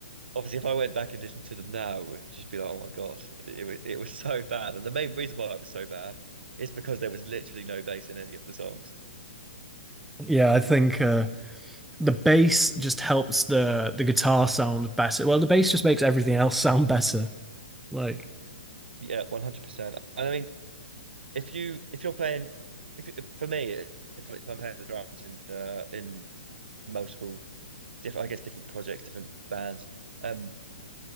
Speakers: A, on the right; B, in the centre.
A: obviously if I went back and listened to them now, it would just be like, oh my God, it was it was <laughs> so bad. And the main reason why it was so bad is because there was literally no bass in any of the songs.
B: Yeah, I think uh, the bass just helps the the guitar sound better. Well, the bass just makes everything else <laughs> sound better. Like,
A: Yeah, 100%. And I mean, if you if you're playing, if you- for me, if, if I'm playing the drums in uh, in multiple different, I guess different projects, different bands, um,